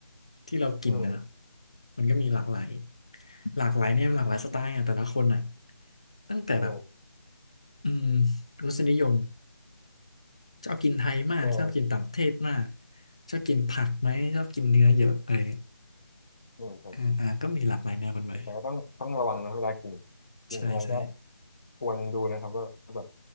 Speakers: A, on the left; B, on the left.
A: ที่เรากินนะ
B: อืม
A: มันก็มีหลากหลายหลากหลายเนี่ยมันหลากหลายสไตล์อ่ะแต่ละคนอ่ะตั้งแต่แบบ
B: ใช่
A: อืมรสนิยมชอบกินไทยมากชอบกินต่างประเทศมาก
B: ก็
A: ชอบกินผักไหมชอบกินเนื้อเยอะอะไร
B: อืมครับ
A: อ่าอ่าก็มีหลากหลายแนวกันไป
B: แต่ก็ต้องต้องระวังนะเวลากินกินอะไรก็
A: ใช่ใช่
B: ควรดูนะครับว่าแบบ